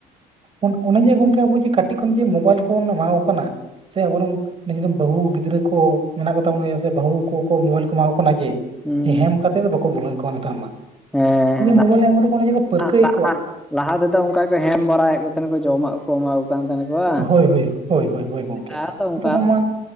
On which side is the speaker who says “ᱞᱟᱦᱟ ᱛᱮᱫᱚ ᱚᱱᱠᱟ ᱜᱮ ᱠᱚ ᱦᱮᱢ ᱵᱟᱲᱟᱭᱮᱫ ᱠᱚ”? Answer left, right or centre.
Centre